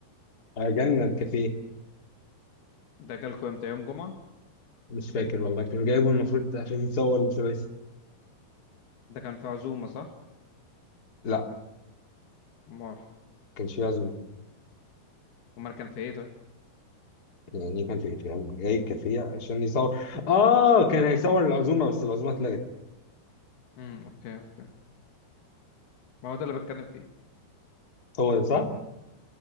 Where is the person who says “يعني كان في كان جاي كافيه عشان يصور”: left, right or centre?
Left